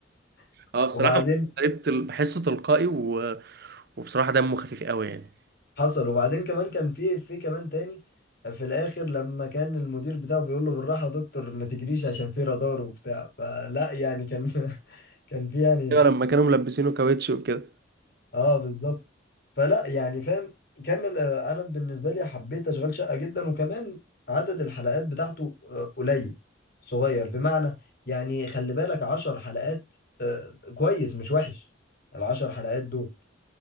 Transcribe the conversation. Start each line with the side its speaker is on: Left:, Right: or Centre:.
Left: <laughs>
Right: اه بصراحة
Left: وبعدين
Right: مصطفى غريب تل- بحسه تلقائي و... وبصراحة دمه خفيف قوي يعني
Left: حصل وبعدين كمان كان في في كمان تاني في الاخر لما كان المدير بتاعه بيقول له بالراحه يا دكتور ما تجريش عشان في رادار وبتاع فلا يعني كان <laughs> كان في يعني
Right: ايوه لما كانوا ملبسينه كاوتش وكده
Left: اه بالظبط فلا يعني فاهم كمل آه، انا بالنسبه لي حبيت اشغال شقه جدا وكمان عدد الحلقات بتاعته آه، قليل صغير بمعنى يعني خلي بالك عشر حلقات آه، كويس مش وحش العشر حلقات دول